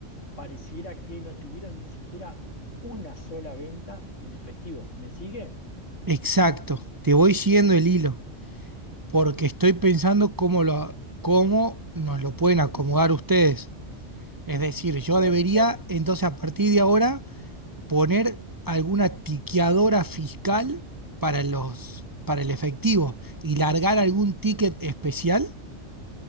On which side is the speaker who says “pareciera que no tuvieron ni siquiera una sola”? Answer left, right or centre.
Left